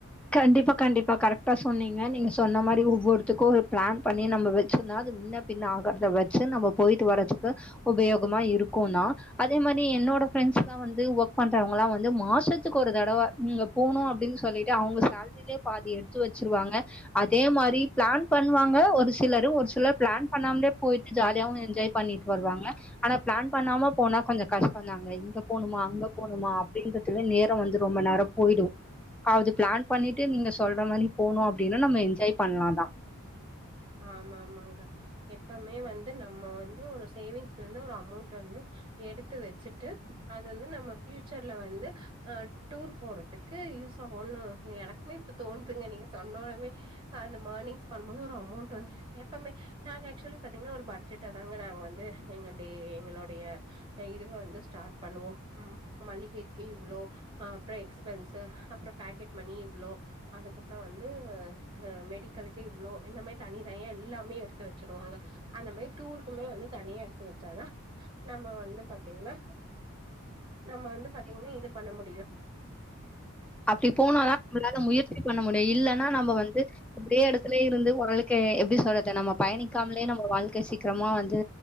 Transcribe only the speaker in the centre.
கண்டிப்பா கண்டிப்பா கரெக்ட்டா சொன்னீங்க நீங்க சொன்ன மாரி ஒவ்வோர்த்துக்கோ ஒரு பிளான் பண்ணி நம்ம வெச்சிருந்தா அது முன்ன பின்ன ஆகறத வெச்சு நம்ம போயிட்டு வரத்துக்கு உபயோகமா இருக்குனா அதே மாரி என்னோட பிரெண்ட்ஸ்லா வந்து ஒர்க் பண்றவங்ளா வந்து மாசத்துக்கு ஒரு தடவ இங்க போணோ அப்டினு சொல்லிட் அவுங்க சேல்ரிலயே பாதி எடுத்து வெச்சிருவாங்க அதே மாரி பிளான் பண்ணுவாங்க ஒரு சிலரு ஒரு சிலர் பிளான் பண்ணாம்லே போயிட்டு ஜாலியாவோ என்ஜாய் பண்ணிட்டு வருவாங்க ஆனா பிளான் பண்ணாம போனா கொஞ்சோ கஷ்டந்தாங்க இங்க போணுமா அங்க போணுமா அப்படின்றதுலே நேரோ வந்து ரொம்ப நேரோ போயிடோ அது பிளான் பண்ணிட்டு நீங்க சொல்ற மாரி போனோ அப்டீனா நம்ம என்ஜாய் பண்லா தா
அப்படி போனாதா நம்மளால முயற்சி பண்ண முடியு இல்லன்னா நம்ம வந்து இதே எடத்துலயே இருந்து ஒர் உங்குளுக்கு எப்படி சொல்ற இத நாம பயணிக்காமலே நம்ம வாழ்க்கை சிக் க்கிரமா வந்து